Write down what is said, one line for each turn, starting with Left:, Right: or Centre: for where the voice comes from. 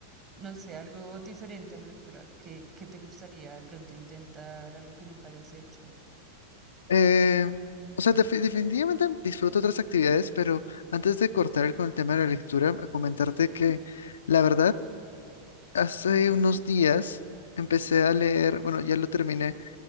Right: no sé, algo diferente a la lectura que, que te gustaría de pronto intentar, algo que nunca hayas hecho.
Left: Eh, o sea, defi- definitivamente disfruto otras actividades, pero antes de cortar con el tema de la lectura, a comentarte que la verdad, hace unos días empecé a leer, bueno, ya lo terminé,